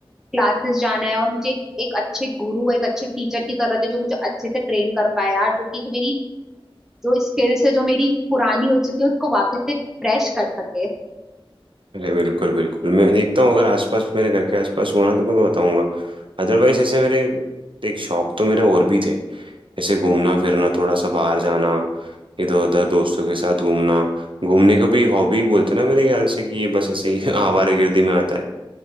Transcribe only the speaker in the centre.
क्लासेस जाना है और मुझे एक, एक अच्छे गुरु एक अच्छे टीचर की जरूरत है जो मुझे अच्छे से ट्रेन कर पाए यार जो कि जो मेरी जो स्किल्स है जो मेरी पुरानी हो चुकी है उसको वापस से फ्रेश कर सके